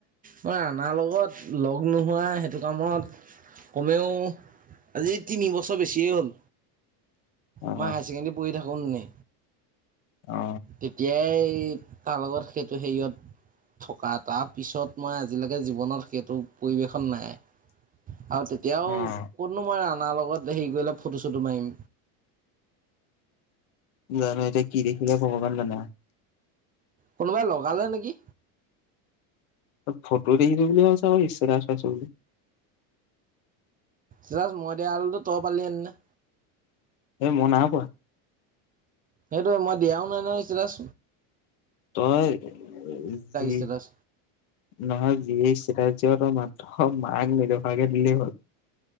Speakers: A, on the right (about 20°); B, on the left (about 70°).
A: মই ৰাণাৰ লগত লগ নোহোৱা, সেইটো কামত কমেও আজি তিন বছৰ বেছিয়ে হ'ল।
B: অ
A: মই হাই ছেকেণ্ডেৰীত পঢ়ি থাকোঁ কোন নি
B: অ
A: তেতিয়াই কাৰ লগত সেইটো হেৰিয়ত থকা তাৰপিছত মই আজিলৈকে জীৱনত সেইটো পৰিৱেশত নাই। আৰু তেতিয়াও
B: অ
A: কত'নো মই আন মাৰ লগত হেৰি কৰিলে ফটো-চটো মাৰিম।
B: জানো, এতিয়া কি দেখিলে ভগৱান জানে আও?
A: কোনোবাই লগালে নেকি?
B: ফটো দেখিছো বুলি কৈছে ক ইষ্টেটাচ পাইছো বুলি।
A: জাষ্ট, মই দেয়া হলেতো তই পালি হলে ন'।
B: এই মই নাই পোৱা।
A: সেইটোৱে, মই দিয়াও নাই নহয় ইষ্টেটাচ।
B: তই যি
A: ষ্টেটাছ
B: নহয়, যিয়েই ইষ্টেতাচ দিয়। তই মাক অ' মাক নেদেখুৱাকে দিলে হ'ল?